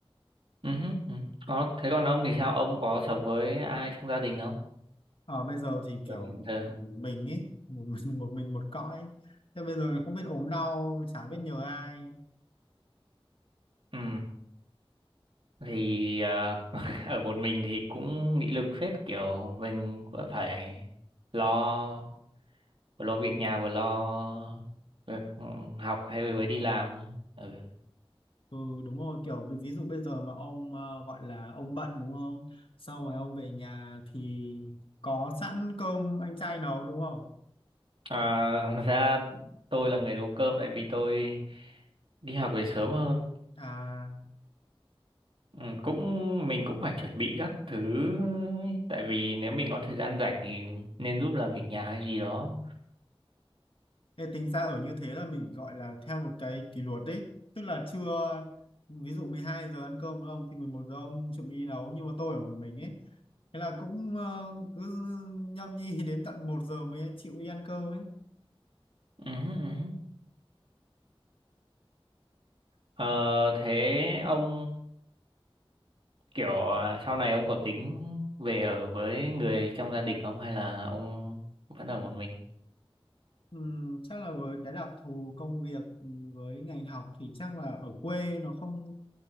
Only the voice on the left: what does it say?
ở bây giờ thì kiểu
ở một mình ấy một <laughs> mình một mình một cõi thế bây giờ không biết ốm đau chả biết nhờ ai
ừ đúng rồi kiểu ví ví dụ bây giờ mà ông ờ, gọi là ông bận đúng không sau rồi ông về nhà thì có sẵn cơm anh trai nấu đúng không
à
Thế tính ra ở như thế là mình gọi là theo một cái kỷ luật đấy tức là trưa ví dụ 12 giờ ăn cơm đúng không thì 11 giờ ông chuẩn bị đi nấu nhưng mà tôi ở một mình ấy thế là cũng ờ, cứ nhâm nhi <laughs> đến tận một giờ mới chịu đi ăn cơm ấy
Ừm, chắc là với cái đặc thù công việc ừm, với ngành học thì chắc là ở quê nó không